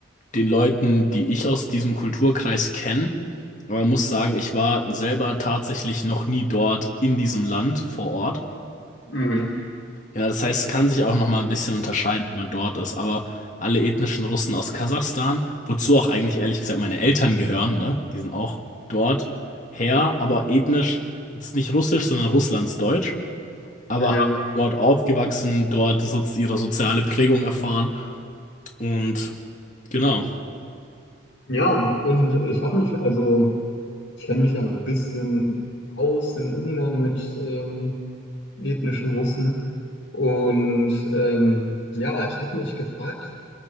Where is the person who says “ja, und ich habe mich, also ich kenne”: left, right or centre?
Left